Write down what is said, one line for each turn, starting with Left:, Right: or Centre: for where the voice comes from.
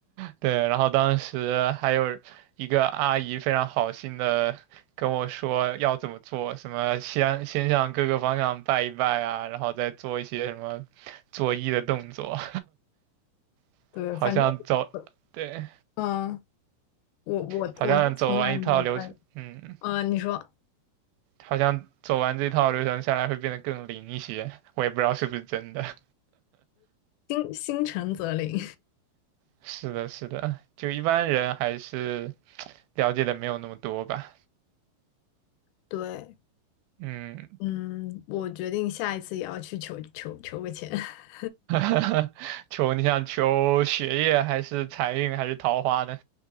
Right: 对，然后当时还有一个阿姨非常好心的跟我说要怎么做，什么先先向各个方向拜一拜啊，然后再做一些什么作揖的动作，<laughs>
Left: 对，
Right: 好像走，
Left: 反正我，
Right: 对，
Left: 嗯，我我我是从来没有拜。
Right: 好像走完一套流程，嗯，
Left: 嗯、你说
Right: 好像走完这套流程下来会变得更灵一些，我也不知道是不是真的。<laughs>
Left: 心心诚则灵。
Right: 是的，是的，就一般人还是了解的没有那么多吧，
Left: <laughs> 对，
Right: 嗯。
Left: 嗯，我决定下一次也要去求求求个签。<laughs>
Right: <laughs> 求你想求学业还是财运还是桃花呢？